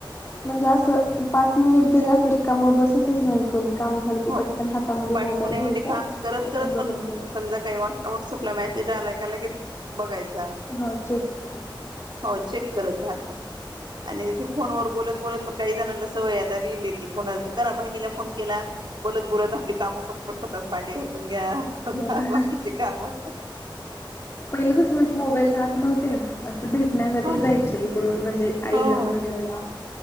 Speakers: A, on the left; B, on the right.
A: म्हणजे असं पाच मिनिट जरी असं रिकाम बसतच नाही कोणी. काम झालं की
B: हो.
A: पटकन हातामध्ये
B: पाठकुन
A: मोबाईल
B: म्हणजे
A: घ्यायचा
B: काम करत
A: आणि
B: करत
A: बघून
B: पण
A: घ्यायचा.
B: समजा काही व्हॉट्सपला मॅसे ज आलायका लगेच बघायच.
A: हो चेक करायचं.
B: हो चेक करत राहत आणि फोन वर बोलत बोलत पण काही जणला सवय आता रील येते कोणाला तर करा बहिणीला फोन केला -- बोलत बोलत आपली कामं पटपट होतात. भांडे घासून घ्या. सगळी
A: हो ना.
B: बाकीची काम- -
A: पहिले कसं म्हणजे मोबाईल राहत नव्हते असं भेटण्यासाठी
B: हो ना
A: जायचे इकडून म्हणजे आईला
B: हो
A: वडलाला.